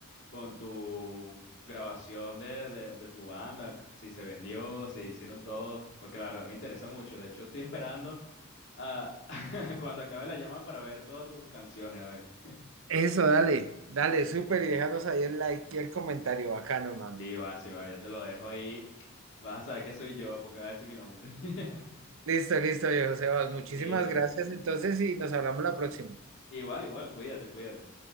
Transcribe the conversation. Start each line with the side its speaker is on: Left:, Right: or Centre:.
Left: con tu grabación de, de, de tu banda? Si se vendió, si hicieron todo porque la verdad me interesa mucho. De hecho, estoy esperando a <laughs> cuando acabe la llamada para ver todas tus canciones. A ver.
Right: Eso, dale, dale, súper y déjanos ahí el like y el comentario bacano, hermano.
Left: Sí, va, sí, va, yo te lo dejo ahí. Vas a saber que soy yo porque va a decir mi nombre. <laughs>
Right: Listo, listo, viejo Sebas. Muchísimas
Left: Listo.
Right: gracias entonces y nos hablamos la próxima.
Left: Igual, igual, cuídate, cuídate.